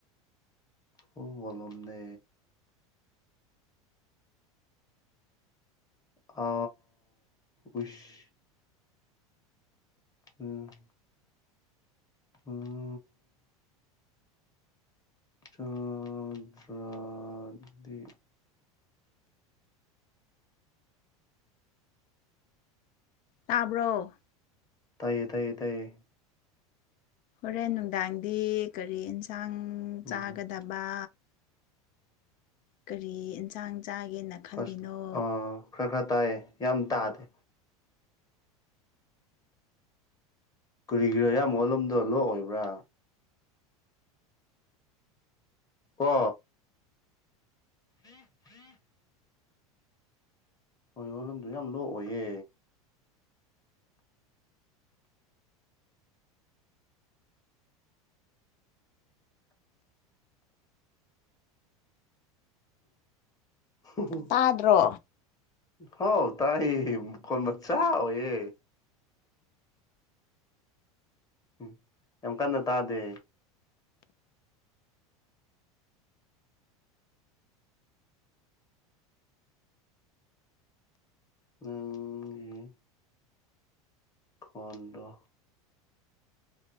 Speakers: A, on the left; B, on the left.
A: ꯄꯨ ꯋꯥꯂꯗꯦ ꯑ ꯎꯁ ꯎꯝ ꯑꯣ ꯆꯣꯡ ꯆ꯭ꯔꯥꯗꯤ
B: ꯇꯥꯕ꯭ꯔꯣ
A: ꯇꯥꯏꯌꯦ ꯇꯥꯏꯌꯦ ꯇꯥꯏꯌꯦ
B: ꯍꯣꯔꯦꯟ ꯅꯨꯡꯗꯥꯡꯗꯤ ꯀꯔꯤ ꯌꯦꯟꯁꯥꯡ
A: ꯎꯝ
B: ꯆꯥꯒꯗꯕ ꯀꯔꯤ ꯏꯟꯁꯥꯡ ꯆꯥꯒꯦꯅ ꯈꯜꯂꯤꯅꯣ
A: ꯐꯥꯔꯁ ꯑ ꯈꯔ ꯈꯔ ꯇꯥꯏꯌꯦ ꯌꯥꯝ ꯇꯥꯗꯦ ꯀꯨꯔꯤꯒꯤꯔꯣ ꯑꯌꯥꯝꯕꯂꯣꯗꯣ ꯂꯣꯛꯑꯣꯏꯕ꯭ꯔꯥ ꯀ <unintelligible> ꯍꯣꯏ ꯌꯣꯂꯝꯗꯣ ꯌꯥꯝ ꯂꯣ ꯑꯣꯏꯌꯦ ꯎ
B: ꯇꯥꯗ꯭ꯔꯣ
A: ꯍ ꯇꯥꯏ ꯀꯣꯟ ꯃꯆꯥ ꯌꯦ ꯎꯝ ꯌꯥꯝ ꯀꯟꯅ ꯇꯥꯗꯦ <unintelligible> ꯐꯣꯟꯗ